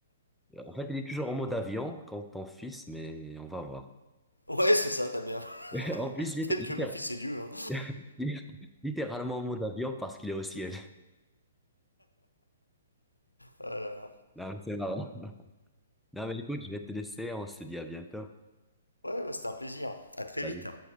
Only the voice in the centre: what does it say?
En fait, il est toujours en mode avion quand ton fils, mais on va voir.
<laughs> En plus, il
est littér-
<laughs> littéralement en mode avion parce qu'il est au ciel.
Non, mais c'est marrant. Non, mais écoute, je vais te laisser, on se dit à bientôt.
Salut.